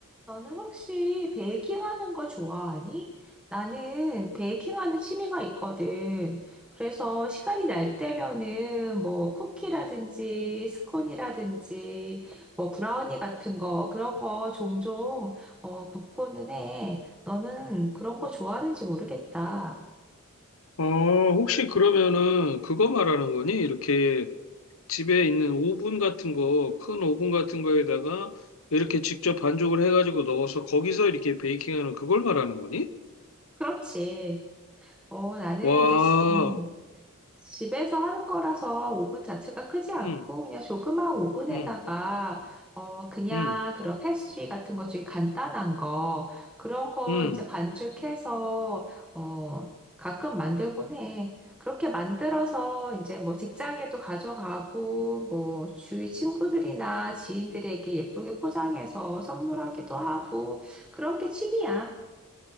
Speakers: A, in the centre; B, on the left (about 70°).
A: 너는 혹시 베이킹하는 거 좋아하니? 나는 베이킹하는 취미가 있거든. 그래서 시간이 날 때면은 뭐 쿠키라든지 스콘이라든지 뭐 브라우니 같은 거 그런 거 종종 어, 굽고는 해. 너는 그런 거 좋아하는지 모르겠다.
B: 어, 혹시 그러면은 그거 말하는 거니? 이렇게 집에 있는 오븐 같은 거, 큰 오븐 같은 거에다가 이렇게 직접 반죽을 해가지고 넣어서 거기서 이렇게 베이킹하는 그걸 말하는 거니?
A: 그렇지. 어, 나는
B: 와,
A: 이제, 시- 음. 집에서 하는 거라서 오븐 자체가 크지 않고
B: 음,
A: 그냥 조그마한 오븐에다가
B: 음,
A: 어 그냥
B: 음,
A: 그런 패스트리 같은 것 중에 간단한 거 그런 거
B: 음.
A: 이제 반죽해서 어 가끔 만들곤 해. 그렇게 만들어서 이제 뭐 직장에도 가져가고 뭐 주위 친구들이나 지인들에게 예쁘게 포장해서 선물하기도 하고 그런 게 취미야.